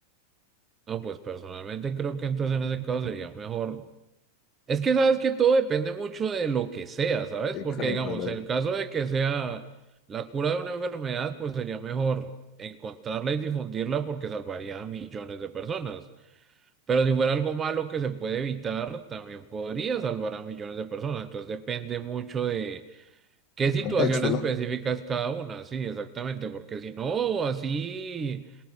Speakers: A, on the right (about 20°); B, on the left (about 35°).
A: No, pues personalmente creo que entonces en ese caso sería mejor. Es que sabes que todo depende mucho de lo que sea, ¿sabes?
B: Exacto,
A: Porque digamos,
B: la-
A: en el caso de que sea la cura de una enfermedad, pues sería mejor encontrarla y difundirla porque salvaría a millones de personas. Pero si fuera algo malo que se puede evitar, también podría salvar a millones de personas. Entonces depende mucho de qué
B: el
A: situación
B: contexto,
A: específica
B: ¿no?
A: es cada una. Sí, exactamente, porque si no, así